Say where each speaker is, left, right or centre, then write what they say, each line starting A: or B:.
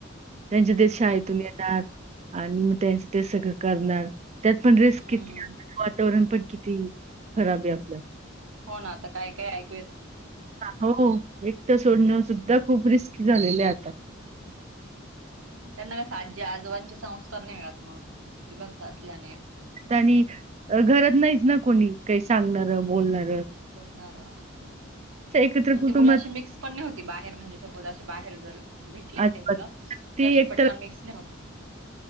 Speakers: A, on the right; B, on the right.
A: त्यांच्या ते शा
B: हम्म.
A: आहे तुम् येणार आणि मग त्यांच ते सगळं करणार त्यात पण रेस
B: हम्म
A: किती वातावरण पण किती खराब आहे आपल्या
B: हो ना आता काय काय ऐक
A: हो एकटं सोडणं सुद्धा खूप रिस् झालेले आता
B: त्यांना काज्या आजोबांचे संस्कार नाही मिळत मग विभक्त असल्याने
A: आणि अ घरात नाहीच ना कोणी काही सांगणार बोलणार
B: बोलणार
A: एकत्र कुटुंबात
B: ते मुलाशी मिक्स पण नाही होती बाहेर म्हणजे सपोज अे बाहेर जर भेटले ना
A: अच्छा
B: ते मुलं
A: ती
B: असे
A: एक
B: पटकन
A: तर
B: मिक्स नाही होत